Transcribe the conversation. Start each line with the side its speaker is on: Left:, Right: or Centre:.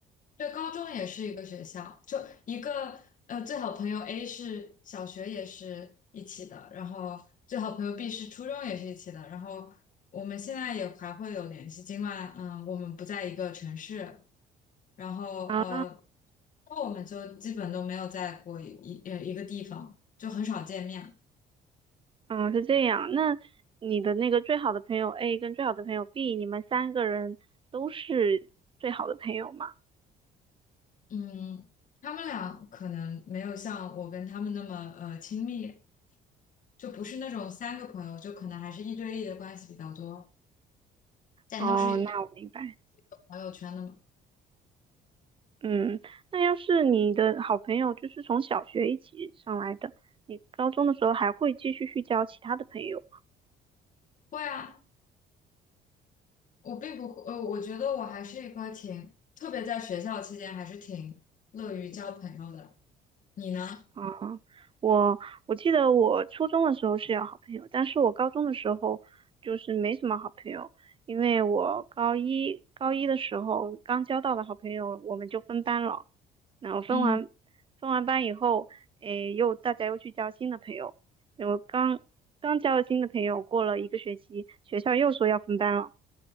Left: 对，高中也是一个学校，就一个呃，最好朋友 A 是小学也是一起的，然后最好朋友 B 是初中也是一起的，然后我们现在也还会有联系，尽管嗯我们不在一个城市，然后呃，
Right: 啊？
Left: 那我们就基本都没有在过一一呃一个地方，就很少见面。
Right: 啊，是这样。那你的那个最好的朋友 A 跟最好的朋友 B，你们三个人都是最好的朋友吗？
Left: 嗯，他们俩可能没有像我跟他们那么呃亲密，就不是那种三个朋友，就可能还是一对一的关系比较多。咱都是
Right: 哦，那我明白。
Left: 朋友圈的吗？
Right: 嗯，那要是你的好朋友就是从小学一起上来的，你高中的时候还会继续去交其他的朋友吗？
Left: 会啊，我并不会，呃，我觉得我还是一个挺，特别在学校期间还是挺乐于交朋友的。你呢？
Right: 啊，我我记得我初中的时候是有好朋友，但是我高中的时候就是没什么好朋友，因为我高一高一的时候刚交到的好朋友，我们就分班了。那我分完分完班以后，
Left: 嗯
Right: 诶，又大家又去交新的朋友。我刚刚交了新的朋友，过了一个学期，学校又说要分班了。